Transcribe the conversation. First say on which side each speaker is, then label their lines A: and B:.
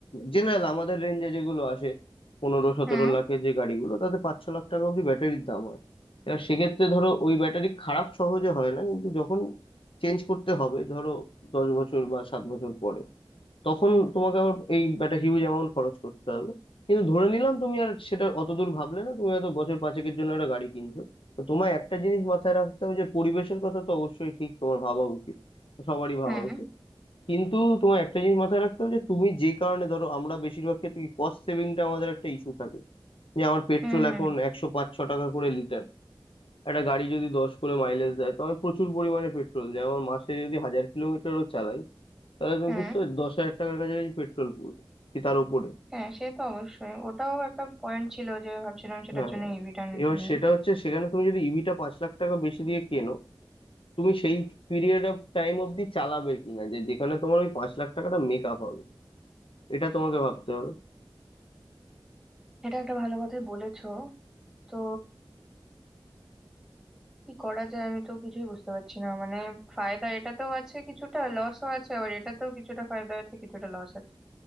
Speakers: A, on the left (about 75°); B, in the centre.
A: জেনারেল আমাদের রেঞ্জে যেগুলো আসে পনেরো সতেরো
B: হুম
A: লাখের যে গাড়িগুলো তাতে পাঁচ ছ লাখ টাকা অব্দি ব্যাটারির দাম হয় এবার সেক্ষেত্রে ধরো ওই ব্যাটারি খারাপ সহজে হয় না কিন্তু যখন চেঞ্জ করতে হবে ধরো দশ বছর বা সাত বছর পরে তখন তোমাকে আবার এই একটা হিউজ অ্যামাউন্ট খরচ করতে হবে কিন্তু ধরে নিলাম তুমি আর সেটা অতদূর ভাবলে না তুমি হয়তো বছর পাঁচেকের জন্য একটা গাড়ি কিনছো তো তোমার একটা জিনিস মাথায় রাখতে হবে যে পরিবেশের কথা তো অবশ্যই ঠিক তোমার ভাবা উচিত সবারই ভাবা
B: হুম
A: উচিত
B: হুম
A: কিন্তু তোমার একটা জিনিস মাথায় রাখতে হবে যে তুমি যে কারণে ধরো আমরা বেশিরভাগ ক্ষেত্রে কস্ট সেভিংটা আমাদের একটা ইস্যু থাকে যে আমার পেট্রোল
B: হুম হুম।
A: এখন একশো পাঁচ ছ টাকা করে লিটার একটা গাড়ি যদি দশ করে মাইলেজ দেয় তো আমি প্রচুর পরিমাণে পেট্রোল দেয় আমার মাসে যদি হাজার কিলোমিটারও চালাই তাহলে তুমি
B: হুম
A: বুঝতে পারছো দশ হাজার টাকার কাছাকাছি পেট্রোল পুরো কি তার উপরে
B: হ্যাঁ সে তো অবশ্যই ওটাও একটা পয়েন্ট ছিল যে ভাবছিলাম সেটার
A: হ্যাঁ
B: জন্য ইভিটা
A: এবার
B: নিই
A: সেটা হচ্ছে সেখানে তুমি যদি ইভিটা পাঁচ লাখ টাকা বেশি দিয়ে কেনো তুমি সেই পিরিয়ড অফ টাইম অবধি চালাবে কিনা যে যেখানে তোমার ওই পাঁচ লাখ টাকাটা মেক আপ হবে এটা তোমাকে ভাবতে হবে
B: এটা একটা ভালো কথাই বলেছো তো কি করা যায় আমি তো কিছুই বুঝতে পারছি না মানে ফায়দা এটাতেও আছে কিছুটা লসও আছে আবার এটাতেও কিছুটা ফায়দা আছে কিছুটা লস আছে